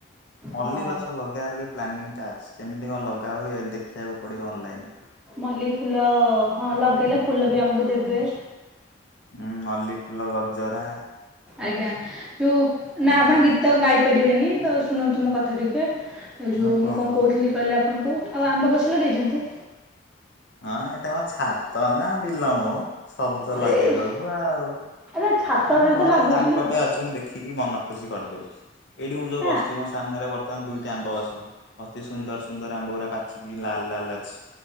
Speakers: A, on the left; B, in the centre.
A: ମଲ୍ଲୀ
B: ହଁ
A: ଗଛ ଲଗେଇବାର ବି ପ୍ଲାନିଂ ଟା ଅଛି କେମିତି କଣ ଲଗା ହୁଏ ଦେ ଦେଖିବାକୁ ପଡିବ ଅନଲାଇନ୍।
B: ମଲ୍ଲି ଫୁଲ ହଁ ଲଗେଇଲେ ଫୁଲ ବି ଆମକୁ ଦେବେ।
A: ହୁଁ ମଲି ଫୁଲ ଗ ଜରା।
B: ଆଜ୍ଞା ଯୋଉ ନା
A: ଆଜ୍ଞା
B: ଆପଣ ଗୀତ ଗାଇ ପାରିବେନି ତ ଶୁଣନ୍ତୁ ମୋ କଥା ଟିକେ। ଏ ଯୋଉ
A: ହଁ କୁହନ୍ତୁ।
B: ମୁଁ କଣ କହୁଥିଲି କହିଲ। ଆପଣଙ୍କୁ ଆଉ ଆମ୍ବ ଗଛ ଲଗେଇଛନ୍ତି।
A: ହଁ ଏଟା ମୋ ଛାତ ନା ବିଲମ ସବୁଜ ଲଗେଇ
B: ଏ
A: ଦବୁ ଆଉ।
B: ଆରେ ଛାତ
A: ଆମ
B: ଉପରେ
A: ଘର
B: ତ ଲାଗୁଛି
A: ଚାରି
B: ନା।
A: ପଟେ ଅଛି ମୁଁ ଦେଖିକି ମନ ଖୁସି କରିଦଉଛି ଏଇଠି ମୁଁ ଯୋଉ
B: ନା
A: ବସିଛି ମୋ ସାମ୍ନାରେ ବ ବର୍ତ୍ତମାନ ଦୁଇଟି ଆମ୍ବ ଗଛ ଅତି ସୁନ୍ଦର ସୁନ୍ଦର ଆମ୍ବ ଗୁଡା ପାଚିକି ଲାଲ ଲାଲ ଅଛି।